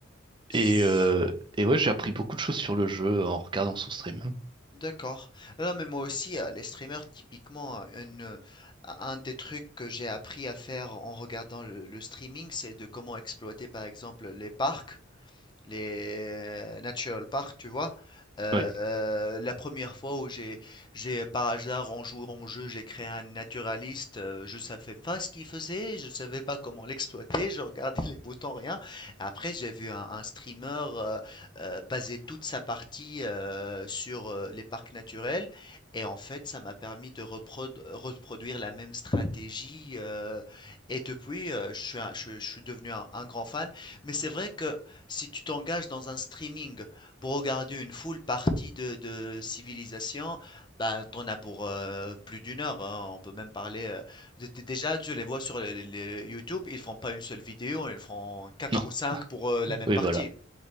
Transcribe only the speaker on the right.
Et, euh, et ouais, j'ai appris beaucoup de choses sur le jeu en regardant son stream.
Oui.
Non.
Oui,
voilà.